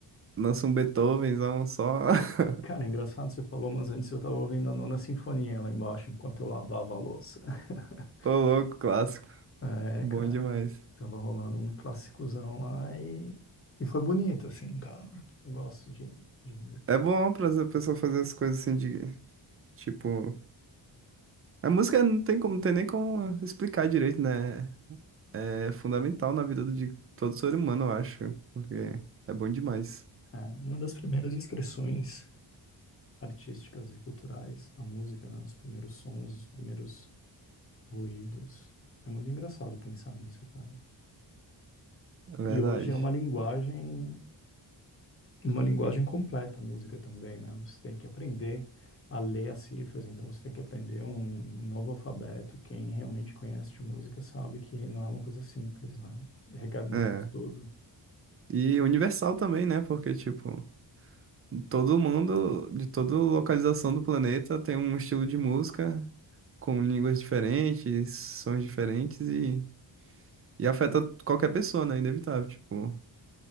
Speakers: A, on the right; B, on the left.
A: lança um Beethovenzão só. <laughs>
B: Cara, é engraçado você falou, mas antes eu tava ouvindo a Nona Sinfonia lá embaixo enquanto eu lavava a louça. <laughs>
A: Ô, louco, clássico.
B: É,
A: Bom
B: cara,
A: demais.
B: tava rolando um clássicozão lá e, e foi bonito, assim, cara. Eu gosto de, de música.
A: É bom pra essa pessoa fazer as coisas assim de, tipo, A música não tem como, não tem nem como explicar direito, né? É é fundamental na vida de todo ser humano, eu acho, porque é bom demais,
B: É, uma das primeiras expressões artísticas e culturais, a música, né? Os primeiros sons, os primeiros ruídos. É muito engraçado pensar nisso, cara.
A: é verdade.
B: E hoje é uma linguagem, uma linguagem completa a música também, né? Você tem que aprender a ler as cifras, então você tem que aprender um novo alfabeto. Quem realmente conhece de música sabe que não é uma coisa simples, né? Requer muito
A: É.
B: estudo.
A: E universal também, né? Porque, tipo, todo mundo, de toda localização do planeta, tem um estilo de música com línguas diferentes, sons diferentes e, e afeta qualquer pessoa, né? Inevitável, tipo,